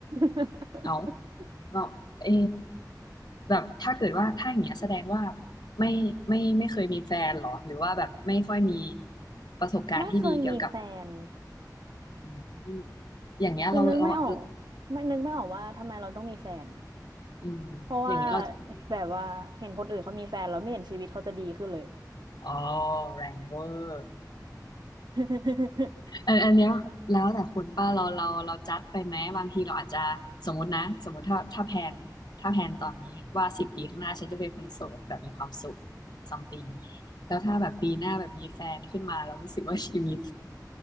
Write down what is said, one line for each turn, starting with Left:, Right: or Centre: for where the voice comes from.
Right: <laughs>
Left: เอาเราเอ แบบถ้าเกิดว่าถ้าอย่างเงี้ยแสดงว่าไม่ไม่ไม่เคยมีแฟนเหรอหรือว่าแบบไม่ค่อยมีประสบการณ์ที่ดีเกี่ยวกับ
Right: ไม่เคยมีแฟน
Left: อืมอย่างเงี้ยเราเราเออ
Right: คือนึกไม่ออกไม่นึกไม่ออกว่าทำไมเราต้องมีแฟน
Left: อืมอย่างเงี้ยเรา
Right: เพราะว่าแบบว่าเห็นคนอื่นเขามีแฟนแล้วไม่เห็นชีวิตเขาจะดีขึ้นเลย
Left: อ๋อแรงเวอร์
Right: <laughs>
Left: อันอันเนี้ยแล้วแต่คุณป้าเราเราเราจัดไปไหมบางทีเราอาจจะสมมตินะสมมติถ้าถ้าแพลนถ้าแพลนตอนนี้ว่าสิบปีข้างหน้าฉันจะเป็นคนโสดแบบมีความสุข something แล้วถ้าแบบปีหน้าแบบมีแฟนขึ้นมาเรารู้สึกว่าชีวิต